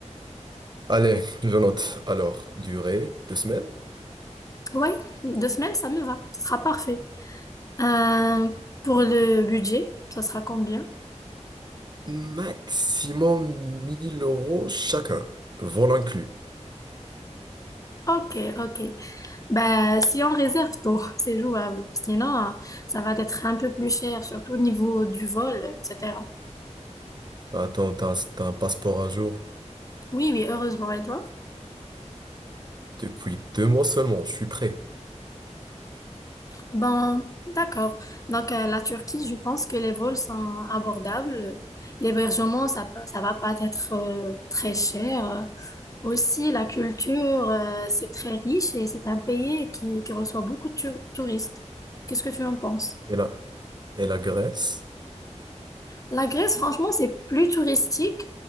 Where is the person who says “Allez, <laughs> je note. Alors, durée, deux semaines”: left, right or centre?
Right